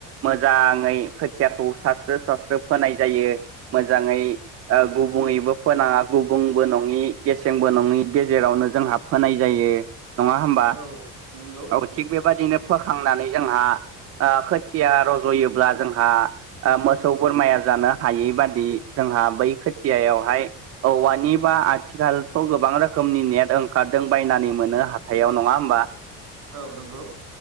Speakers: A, on the right (about 45°); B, on the right (about 60°).
A: मोजाङै खोथियाखौ सास्रो सस्रो फोनाय जायो। मोजाङै ओ गु बुङैबो फोनाङा गुबुंबो नङि गेसेंबो नङि गेजेरावनो जोंहा फोनाय जायो। नङा होमबा?
B: औ नंगौ
A: औ थिग बेबादिनो फोखांनानै जोंहा ओ खोथिया रज'योब्ला जोंहा मोसौ बोरमाया जानो हायै बादि जोंहा बै खोथियायावहाय औवानिबा आथिखालथ' गोबां रोखोमनि नेट ओंखारदों बायनानै मोनो हाथायाव नङा होमबा?
B: औ नंगौ